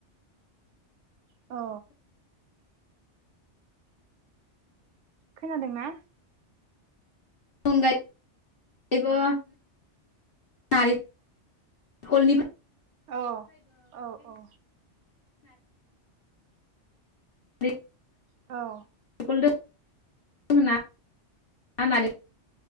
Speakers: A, on the right (about 75°); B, on the left (about 50°).
A: अ। खोनादों ना?
B: अनगायैबो नारिकलनिफ्राय
A: औ औ औ।
B: नारेंखल
A: औ
B: <unintelligible> <unintelligible>